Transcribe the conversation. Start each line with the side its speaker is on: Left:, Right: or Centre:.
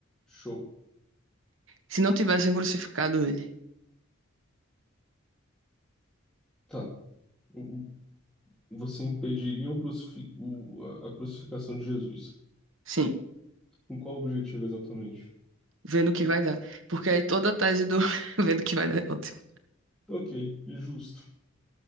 Centre: Show.
Right: Se não tivessem crucificado ele.
Centre: Tá. O- Você impediria o crucifi- o- a, a crucificação de Jesus.
Right: Sim,
Centre: Com qual objetivo exatamente?
Right: vendo o que vai dar. Porque aí toda a tese do <laughs> vendo o que vai dar é ótimo.
Centre: Ok, justo.